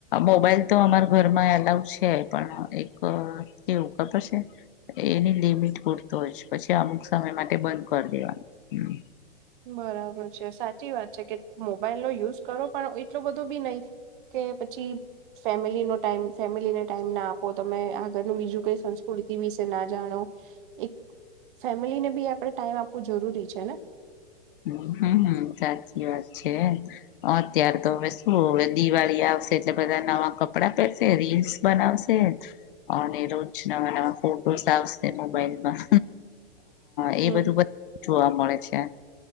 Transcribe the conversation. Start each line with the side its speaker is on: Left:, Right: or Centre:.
Left: મોબાઈલ તો અમારા ઘરમાં એલાઉડ છે પણ એક એવું ખબર છે એની લિમિટ પૂરતો હો જ પછી અમુક સમય માટે બંધ કરી દેવાનું
Right: બરાબર છે સાચી વાત છે કે મોબાઈલ નો યુઝ કરો પણ એટલો બધો બી નહી કે પછી ફેમિલીનો ટાઈમ ફેમિલીને ટાઈમ ના આપો તમે આગળનું બીજું કઈ સંસ્કૃતિ વિશે ના જાણો એક ફેમિલીને બી આપણે ટાઈમ આપવું જરૂરી છેને
Left: હમ્મ હમ્મ સાચી વાત છે અત્યાર તો હવે શું હવે દિવાળી આવશે એટલે બધા નવા કપડાં પહેરશે રીલ્સ બનાવશે અને રોજ નવા નવા ફોટોઝ આવશે મોબાઈલમાં હ
Right: હમ
Left: એ બધું બધ જોવા મળે છે